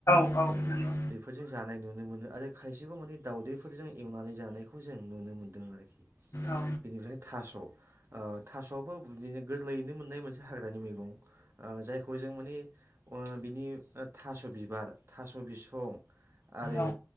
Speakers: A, on the left; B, on the right.
A: नंगौ
B: औ
A: नंगौ नंगौ
B: बेफोरजों जानाय नुनो मोनो आरो खायसेखौ माने दावउदैफोरजों एवनानै जानायखौ जों नुनो मोन्दों आरोखि।
A: औ
B: बेनिफ्राय थास' ओ थास'आबो बिदिनो गोरलैयैनो मोननाय मोनसे हाग्रानि मैगं। ओ जायखौ जों माने बिनि थास' बिबार, थास' बिसं आरो
A: औ